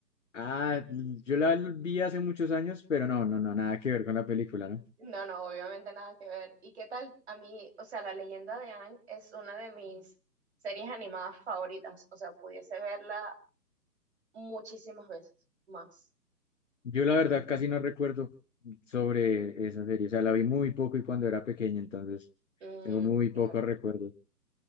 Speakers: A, on the left; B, on the right.
A: Ah, yo la vi hace muchos años, pero no, no, no, nada que ver con la película, ¿no?
B: No, no, obviamente nada que ver. ¿Y qué tal? A mí, o sea, la leyenda de Aang es una de mis series animadas favoritas. O sea, pudiese verla muchísimas veces más.
A: Yo la verdad casi no recuerdo sobre esa serie, o sea, la vi muy poco y cuando era pequeña, entonces
B: Mm,
A: tengo muy pocos
B: claro.
A: recuerdos.